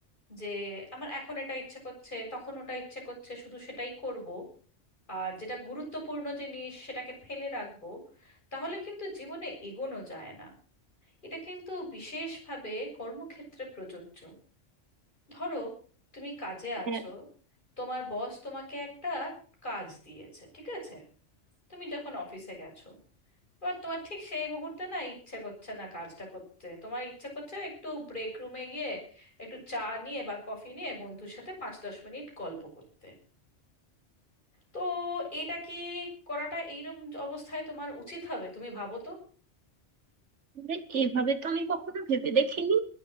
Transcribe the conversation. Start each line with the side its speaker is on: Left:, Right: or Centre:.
Left: যে আমার এখন এটা ইচ্ছে করছে তখন ওটা ইচ্ছে করছে শুধু সেটাই করব আর যেটা গুরুত্বপূর্ণ জিনিস সেটাকে ফেলে রাখবো তাহলে কিন্তু জীবনে এগোনো যায় না এটা কিন্তু বিশেষভাবে কর্মক্ষেত্রে প্রযোজ্য ধরো তুমি কাজে আছো
Right: না
Left: তোমার বস তোমাকে একটা কাজ দিয়েছে ঠিক আছে তুমি যখন অফিসে গেছো এবার তোমার ঠিক সেই মুহূর্তে না ইচ্ছে করছে না কাজটা করতে তোমার ইচ্ছে করছে একটু ব্রেক রুমে গিয়ে একটু চা নিয়ে বা কফি নিয়ে বন্ধুর সাথে পাঁচ দশ মিনিট গল্প করতে তো এটা কি করাটা এইরকম অবস্থায় তোমার উচিত হবে তুমি ভাবো তো
Right: আসলে এভাবে তো আমি কখনো ভেবে দেখিনি